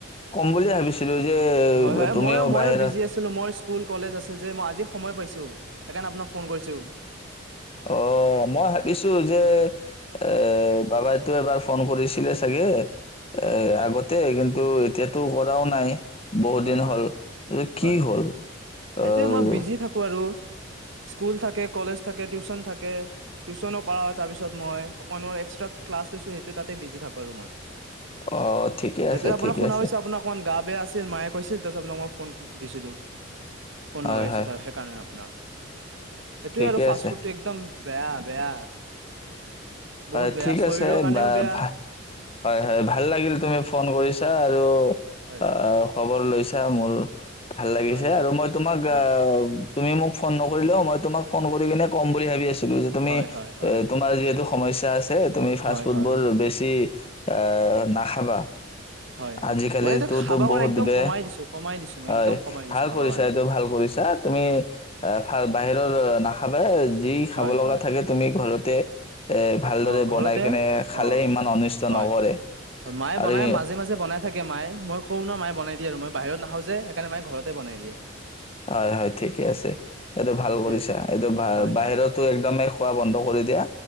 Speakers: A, on the left (about 30°); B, on the right (about 70°).
A: বুলিয়ে ভাবিছিলো যে
B: হয় হয়
A: তুমিও
B: মই মই
A: বাহিৰা
B: বিজি আছিলো মই স্কুল কলেজ আছিল যে মই আজি সময় পাইছো সেইকাৰণে আপোনাক ফোন কৰিছোঁ।
A: অ মই ভাবিছোঁ যে এ বাবাইটো এবাৰ ফোন কৰিছিলে চাগে এ
B: হয়
A: আগতে কিন্তু তেতিয়াটো কৰাও নাই! বহুত
B: হয়
A: দিন
B: হয়
A: হ'ল, অ কি
B: হয়
A: হ'ল, আহ?
B: এইটোয়ে মই বিজি থাকো আৰু স্কুল থাকে কলেজ থাকে টিউচন থাকে, টিউচন কৰা হয় তাৰপিছত মই অকনু এক্স্ৰা ক্লাছ লৈছোঁ সেইটো তাতে বিজি থাকো আৰু মই।
A: অ ঠিকে
B: সেইটোই
A: আছে
B: আপোনাক
A: ঠিকে
B: শুনাছো
A: আছে
B: আপোনাৰ অকমান গা বেয়া আছিল মায়ে কৈছিল! তাৰ আপোনাক মই ফোন দিছিলো ফোন
A: হয়
B: লগাইছো
A: হয়
B: তাৰ সেইকাৰণে আপোনাক <unintelligible> সেইটো
A: ঠিকে
B: আৰু ফাষ্ট
A: আছে
B: ফুডটো একদম বেয়া। বেয়া
A: হয়
B: বহুত বেয়া
A: ঠিক
B: শৰীৰৰ
A: আছে
B: কাৰণেও
A: বা
B: বেয়া
A: ভাল, হয় হয় ভাল লাগিল তুমি ফোন কৰিছিলা। তই আৰু
B: হয়
A: অ খবৰ লৈছোঁ। পইচা মূৰলৈ ভাল লাগিছে
B: হয় হয়
A: আৰু মই তোমাক
B: হয়
A: আহ তুমি মোক ফোন নকৰিলেও, মই তোমাক ফোন কৰি কিনে কম বুলি ভাবি আছোঁ। যে তুমি
B: হয় হয় হয়
A: এ তোমাৰ যিহেতু? সমস্যা আছে। এ তুমি ফাষ্ট
B: হয়
A: ফুড
B: হয়
A: বোৰ বেছি এ নাখাবা।
B: হয়
A: আজিকালিতো
B: মই এইটো খাব কাৰণে
A: বহুত
B: একদম
A: বে
B: কমাই দিছো কমাই দিছো মই
A: হয়।
B: একদম কমাই দিছো
A: ভাল
B: খাব
A: কৰিছা
B: কাৰণে
A: এইটো ভাল কৰিছা। তুমি এ বাহিৰৰ না। খাবই যি খাব
B: হয়
A: লগা
B: হয়
A: থাকে তুমি ঘৰতে এ ভালদৰে
B: অ ঘৰতে
A: বনাই কিনে খালে।
B: অ
A: ইমান অনিষ্ট
B: হয়
A: নকৰে
B: মায়ে বনাই
A: আৰু
B: মাজে মাজে বনাই থাকে মায় মই কওঁ ন মায় বনাই দিয়ে, আৰু মই বাহিৰত নাখাওঁ যে সেইকাৰণে মে ঘৰতে বনাই দিয়ে।
A: হয় হয় ঠিকে আছে। এইটো ভাল
B: সেইটোয়ে
A: কৰিছাঁ এইটো
B: হয়
A: বাহিৰতো
B: হয়
A: একদমেই খোৱা বন্ধ কৰি দিয়া।